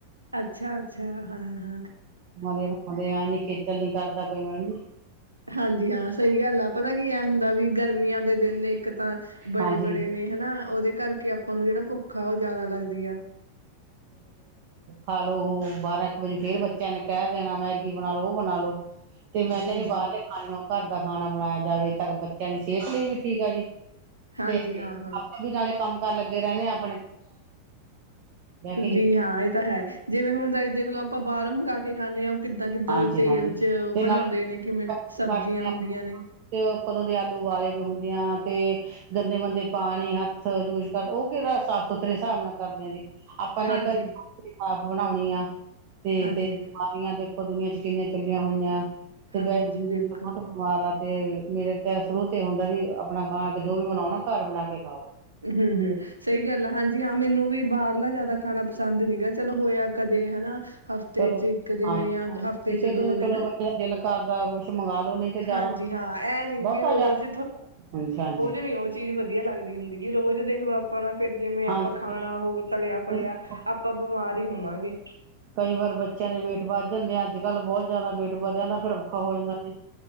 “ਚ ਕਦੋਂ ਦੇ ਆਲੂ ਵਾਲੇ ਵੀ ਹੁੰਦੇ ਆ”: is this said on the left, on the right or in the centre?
Right